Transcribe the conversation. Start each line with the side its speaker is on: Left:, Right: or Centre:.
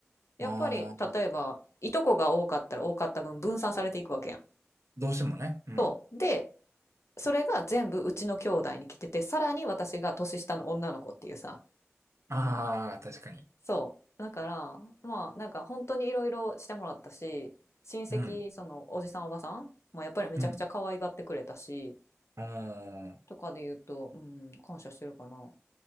Left: やっぱり、
Right: ああ、
Left: 例えば、いとこが多かったら多かった分分散されていくわけやん。
Right: どうしてもね。うん。
Left: そう。で、それが全部うちの兄弟に来てて、さらに私が年下の女の子っていうさ。
Right: ああ、確かに。
Left: そう。だから、まあ、なんか本当にいろいろしてもらったし、親戚、
Right: うん。
Left: その、おじさんおばさんもやっぱりめちゃくちゃ可愛がってくれたし、
Right: うん。ああ。
Left: とかで言うと、うん、感謝してるかな。